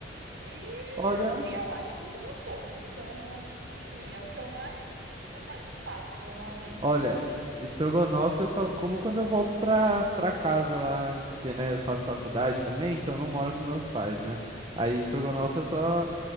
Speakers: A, on the right (about 70°); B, on the right (about 30°).
A: e,
B: Olha,
A: e eu acho muito gostoso. Então, assim, é o que eu mais, que eu mais faço normalmente.
B: olha, estrogonofe eu só como quando eu volto pra, pra casa lá, porque né, eu faço faculdade também, então eu não moro com meus pais, né? Aí estrogonofe
A: Ah,
B: eu só.